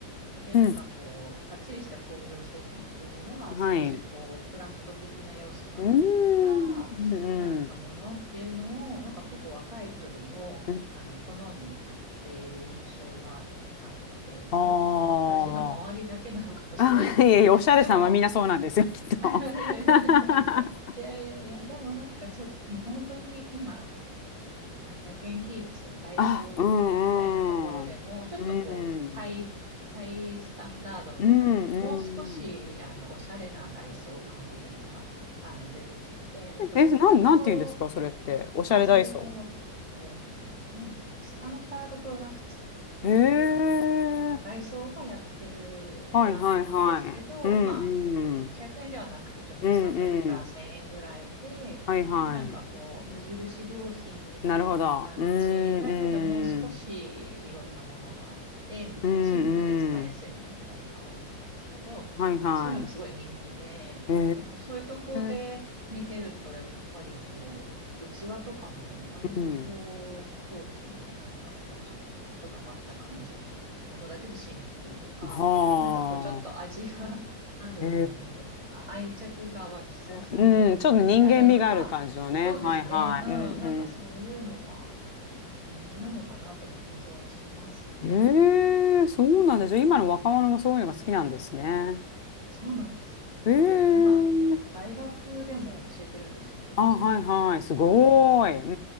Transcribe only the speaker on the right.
でなんかこう、
かっちりした工業製品っていうよりは、
少しこう、
クラフト的な要素が入った、
なんかものっていうのを、なんか結構若い人でも、
あの、好んで買っている印象があって、
それはもう私の周りだけなのかもしれないんですけど、
でも、
<laughs> い
やいやいや、でもなんかちょっと、もう本当に今、あの100円均一、ダイソーみたいなところでも、
ちょっとこう、
ハイ、ハイスタンダードみたいな、
もう少し、あの、おしゃれなダイソー版みたいなのが、あの、出てきてて、なんかそういうところ、
あ、それと、えっとね、何でしたっけスタンダードプロダクツっていう、
あの、ダイソーがやってるブランドなんですけど、
まあ、100円ではなくて、ちょっと300円から1000円ぐらいで、
なんかこう、無印良品みたいな感じだけど、
もう少しいろんなものがあって、
みたいな、
シンプルで使いやすいものみたいなのが多いんですけど、
そういうのがすごい人気で、
やっぱそういうとこで見てると、
やっぱりこう、器とかも割とこう、
陶器のなんかこう、ちょっとこだわった感じのものだけどシンプルとか、
なんかこう、ちょっと味があるものとか、
愛着が湧きそうなものみたいなのが、
そうですね。
うん。
なんかそういうのが、
なんか人気なのかなって感じはしますね。
なんか
うん。
そうなんです。
多分、今、大学でも教えてるんですけど、
美術大学で。